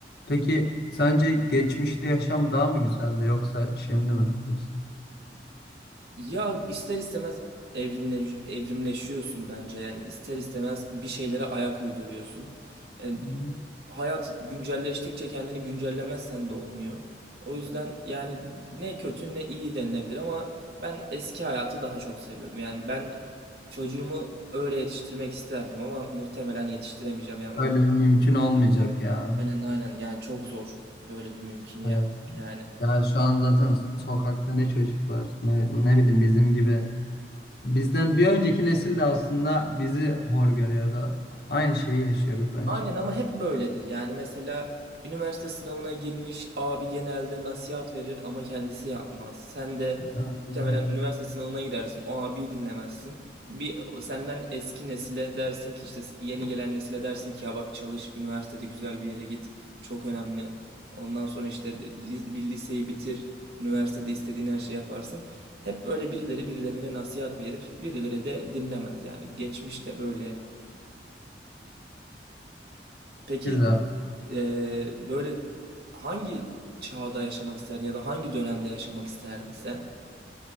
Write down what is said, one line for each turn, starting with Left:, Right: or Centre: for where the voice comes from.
Left: Peki sence geçmişte yaşam daha mı güzeldi yoksa şimdi mi daha güzel?
Right: Ya ister istemez evrimle, evrimleşiyorsun bence yani ister istemez bir şeylere ayak uyduruyorsun. E,
Left: Hı hı.
Right: hayat güncelleştikçe kendini güncellemezsen de olmuyor. O yüzden yani ne kötü ne iyi denilebilir ama ben eski hayatı daha çok seviyordum. Yani ben çocuğumu öyle yetiştirmek isterdim ama muhtemelen yetiştiremeyeceğim. Yani
Left: Öyle
Right: onu,
Left: mümkün olmayacak ya.
Right: aynen aynen yani çok zor böyle bir mümkünü yapmak
Left: Evet.
Right: yani.
Left: Yani şu an zaten sokakta ne çocuk var ne, ne bileyim bizim gibi Bizden bir önceki nesil de aslında bizi hor görüyordu. Aynı şeyi yaşıyoruz bence.
Right: Aynen ama hep böyledir. Yani mesela üniversite sınavına girmiş abi genelde nasihat verir ama kendisi yapmaz. Sen de
Left: Aynen
Right: muhtemelen
Left: öyle.
Right: üniversite sınavına girersin. O abiyi dinlemezsin. Bir senden eski nesile dersin ki işte yeni gelen nesile dersin ki ya bak çalış üniversitede güzel bir yere git. Çok önemli. Ondan sonra işte li- bir liseyi bitir. Üniversitede istediğin her şeyi yaparsın. Hep böyle birileri birilerine nasihat verir. Birileri de dinlemez yani. Geçmişte böyle. Peki
Left: Güzel.
Right: Ee, böyle hangi çağda yaşamak isterdin ya da hangi dönemde yaşamak isterdin sen?